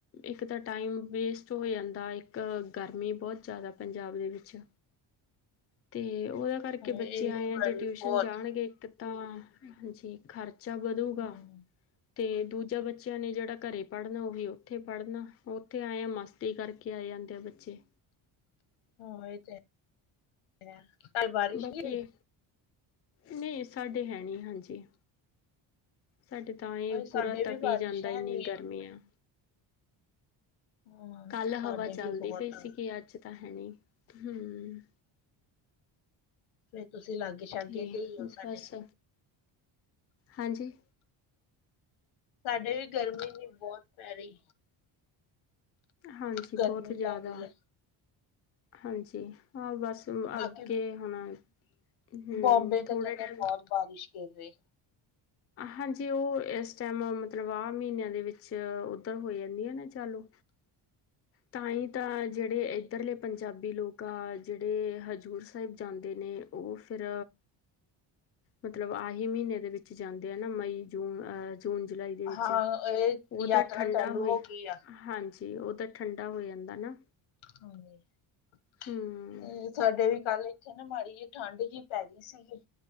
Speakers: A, on the left; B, on the left.
A: ਇੱਕ ਤਾਂ ਟਾਈਮ ਵੇਸਟ ਹੋ ਜਾਂਦਾ, ਇੱਕ ਗਰਮੀ ਬਹੁਤ ਜ਼ਿਆਦਾ ਪੰਜਾਬ ਦੇ ਵਿੱਚ। ਤੇ ਉਹਦਾ ਕਰਕੇ ਬੱਚੇ
B: ਇਹ
A: ਆਏ
B: ਵੀ ਬੜੀ
A: ਆ ਜੇ ਟਿਊਸ਼ਨ
B: ਬਹੁਤ
A: ਜਾਣਗੇ ਇੱਕ ਤਾਂ ਹਾਂਜੀ ਖਰਚਾ ਵਧੂਗਾ
B: ਹਾਂ
A: ਤੇ ਦੂਜਾ ਬੱਚਾ ਬੱਚਿਆਂ ਨੇ ਜਿਹੜਾ ਘਰੇ ਪੜ ਪੜ੍ਹਨਾ ਉਹੀ ਉੱਥੇ ਪੜ੍ਹਨਾ, ਉੱਥੇ ਆਏ ਆ ਮਸਤੀ ਕਰਕੇ ਆਏ ਜਾਂਦੇ ਆ ਬੱਚੇ।
B: ਹਾਂ ਇਹ ਤੇ ਹੈ ਕੱਲ ਬਾਰਿਸ਼
A: ਬਾਕੀ
B: ਨੀ ਹੋਈ।
A: ਨਹੀਂ ਸਾਡੇ ਹੈ ਨੀ ਹਾਂਜੀ। ਸਾਡੇ ਤਾਂ ਇਹ
B: ਹਾਏ ਸਾਡੇ
A: ਪੂਰਾ
B: ਵੀ
A: ਤਪੀ
B: ਬਾਰਿਸ਼
A: ਜਾਂਦਾ
B: ਹੈ
A: ਇੰਨੀ
B: ਨੀ
A: ਗਰਮੀ
B: ਹੈ
A: ਆ।
B: ਹਾਂ
A: ਕੱਲ
B: ਸਾਡੇ
A: ਹਵਾ ਚੱਲਦੀ
B: ਵੀ ਬਹੁਤ
A: ਪਈ
B: ਆ
A: ਸੀਗੀ ਅੱਜ ਤਾਂ ਹੈਨੀ ਹੂੰ।
B: ਫੇਰ ਤੁਸੀਂ ਲਾਗੇ ਸ਼ਾਗੇ
A: ਤੇ
B: ਦੇ ਹੀ ਹੋ
A: ਬਸ
B: ਸਾਡੇ।
A: ਹਾਂਜੀ
B: ਸਾਡੇ ਵੀ ਗਰਮੀ ਨੀ ਬਹੁਤ ਪੈ ਰਹੀ।
A: ਹਾਂਜੀ
B: ਗਰਮੀ
A: ਬੌਤ ਜਾਦਾ।
B: ਪੈ ਰਹੀ ਹੈ
A: ਹਾਂਜੀ ਹਾਂ ਬਸ ਅੱਗੇ
B: ਬਾਕੀ
A: ਹੁਨਾ ਹੂੰ
B: ਬੋਂਬੇ ਤਾਂ
A: ਥੋੜੇ
B: ਕਹਿੰਦੇ
A: ਟੈਮ
B: ਬਹੁਤ ਬਾਰਿਸ਼ ਗਿਰ ਰਹੇ।
A: ਹਾਂਜੀ, ਉਹ ਇਸ ਟਾਈਮ ਮਤਲਬ ਆਹ ਮਹੀਨਿਆਂ ਦੇ ਵਿੱਚ ਹੋ ਜਾਂਦੀਆਂ ਨਾ ਚਾਲੂ ਤਾਂ ਹੀ ਤਾਂ ਜਿਹੜੇ ਇੱਧਰਲੇ ਪੰਜਾਬੀ ਲੋਕ ਆ ਜਿਹੜੇ ਹਜ਼ੂਰ ਸਾਹਿਬ ਜਾਂਦੇ ਨੇ ਉਹ ਫੇਰ ਮਤਲਬ ਆਹੀ ਮਹੀਨੇ ਦੇ ਵਿੱਚ ਜਾਂਦੇ ਆ ਨਾ ਮਈ ਜੂਨ ਅਹ ਜੂਨ ਜੁਲਾਈ ਦੇ ਵਿੱਚ
B: ਹਾਂ ਇਹ
A: ਉਹ
B: ਯਾਤਰਾ
A: ਤਾਂ ਠੰਡਾ
B: ਚਾਲੂ
A: ਹੋਏ
B: ਹੋ ਗਈ ਆ
A: ਹਾਂਜ ਜੀ ਉਹ ਤਾਂ ਠੰਡਾ ਹੋ ਜਾਂਦਾ ਨਾ।
B: ਹਾਂਜੀ ਅ
A: ਹਮ
B: ਸਾਡੇ ਵੀ ਕੱਲ ਇੱਥੇ ਨਾ ਮਾੜੀ ਜਿ ਠੰਡ ਜਿ ਪੈ ਗਈ ਸੀਗੀ।